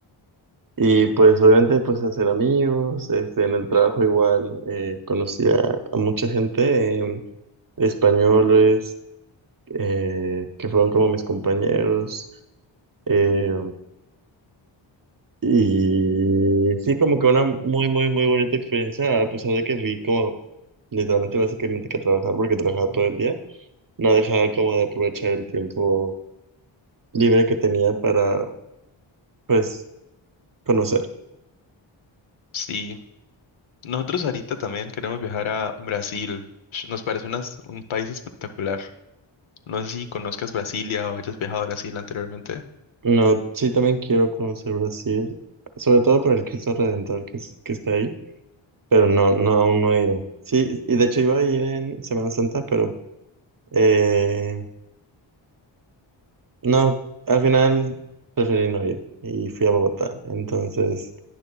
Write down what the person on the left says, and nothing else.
Sí, nosotros ahorita también queremos viajar a Brasil. Sh- Nos parece unas- un país espectacular. No sé si conozcas Brasilia o hayas viajado a Brasil anteriormente.